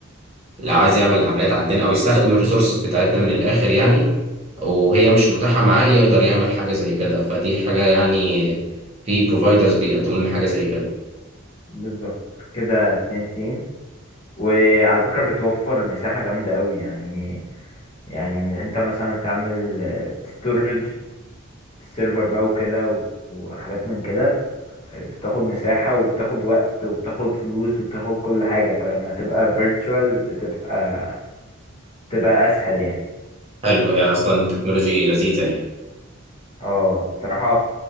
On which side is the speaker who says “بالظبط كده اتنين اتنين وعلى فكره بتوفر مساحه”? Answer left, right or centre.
Left